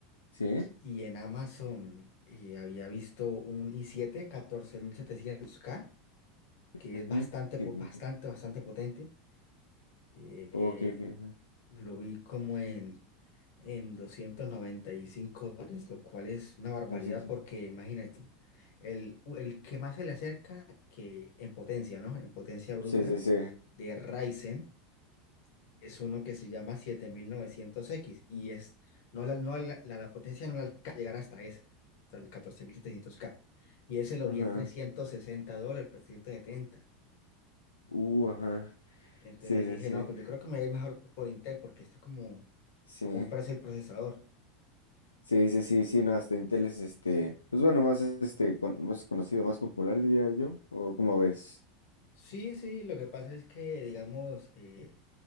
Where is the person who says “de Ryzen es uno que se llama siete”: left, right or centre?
Left